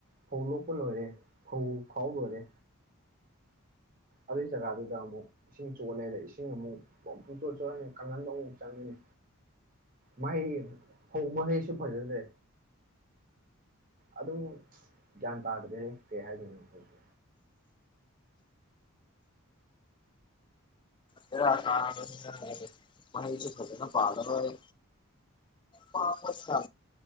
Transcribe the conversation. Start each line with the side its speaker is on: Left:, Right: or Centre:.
Right: ꯐꯧ ꯂꯣꯛꯄ ꯂꯣꯢꯔꯦ ꯐꯧ ꯈꯥꯎ ꯗꯧꯔꯦ ꯑꯗꯨꯢ ꯖꯒꯥꯗꯨꯗ ꯑꯃꯨꯛ ꯏꯁꯤꯡ ꯆꯣꯠꯂꯦꯅ ꯏꯁꯤꯡ ꯑꯃꯨꯛ ꯄꯨꯡꯆꯣꯠ ꯆꯣꯠꯂꯦꯅꯤ ꯀꯪꯍꯟꯕ ꯑꯃꯨꯛ ꯆꯪꯉꯅꯤ ꯃꯥꯢ ꯐꯧ ꯃꯍꯩꯁꯨ ꯐꯖꯗ꯭ꯔꯦ ꯑꯗꯨ ꯏꯁ ꯒ꯭ꯌꯥꯟ ꯇꯥꯗ꯭ꯔꯦ ꯀꯩ ꯍꯥꯢꯗꯨꯢꯅꯣ ꯑꯩꯁꯨ
Left: ꯕꯦꯔꯥ ꯀꯥꯔꯕꯅꯤꯅ ꯑꯃꯨꯛ ꯃꯍꯩꯁꯨ ꯐꯖꯅ ꯄꯥꯜꯂꯔꯣꯢ ꯃꯥꯡꯉꯕꯅꯤꯅ